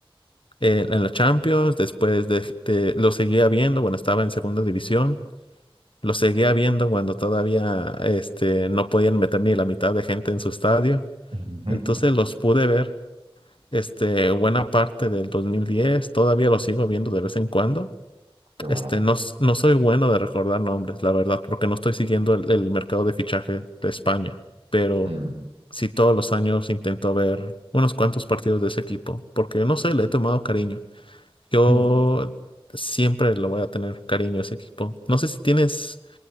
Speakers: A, on the left (about 65°); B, on the right (about 80°).
A: eh, en la Champions, después de, de- lo seguía viendo cuando estaba en segunda división. Lo seguía viendo cuando todavía este, no podían meter ni la mitad de gente en su estadio.
B: <laughs>
A: Entonces los pude ver este, buena parte del dos mil diez Todavía los sigo viendo de vez en cuando.
B: Qué bueno.
A: Este, no, s- no soy bueno de recordar nombres, la verdad, porque no estoy siguiendo el, el mercado de fichaje de España. Pero
B: Mm.
A: sí todos los años intento ver unos cuantos partidos de ese equipo, porque no sé, le he tomado cariño. Yo
B: <laughs>
A: siempre le voy a tener cariño a ese equipo. No sé si tienes